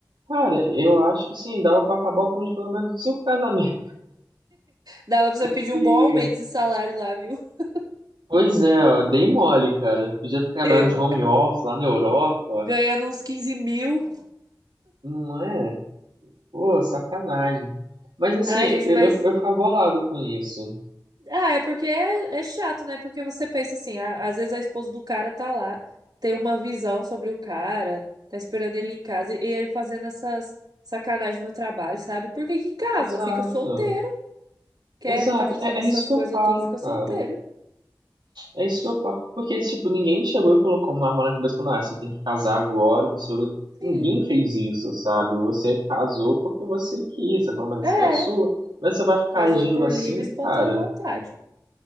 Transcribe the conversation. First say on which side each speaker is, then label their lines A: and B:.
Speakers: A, on the right; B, on the right.
A: cara, eu acho que sim, dava pra acabar com uns, pelo menos cinco casamentos,
B: Dava pra você
A: <laughs> porque,
B: pedir um bom aumento de salário lá, viu? <laughs>
A: pois é, ó, dei mole, cara, podia estar trabalhando
B: Eu
A: de home office lá na Europa, ó.
B: ganhando uns 15 mil.
A: não é? Pô, sacanagem. Mas assim,
B: Ai, gente,
A: eu,
B: mas
A: eu, eu ficava bolado com isso.
B: Ah, é porque é, é chato, né? Porque você pensa assim, a- às vezes a esposa do cara tá lá, tem uma visão sobre o cara, tá esperando ele em casa e, e ele fazendo essas sacanagens no trabalho, sabe? Por que que casa?
A: Exato,
B: Fica solteiro. Quer
A: exato,
B: ficar fazendo
A: é,
B: essas
A: é isso que
B: coisas
A: eu falo,
B: tudo, fica solteiro.
A: cara. É isso que eu falo. Porque, tipo, ninguém chegou e colocou uma arma na cabeça e falou, ah, você tem que casar agora, você...
B: Sim.
A: Ninguém fez isso, sabe? Você casou porque você quis, essa foi uma decisão
B: É.
A: sua. Mas você vai ficar
B: Casou
A: agindo
B: por
A: assim,
B: livre e espontânea
A: cara?
B: vontade.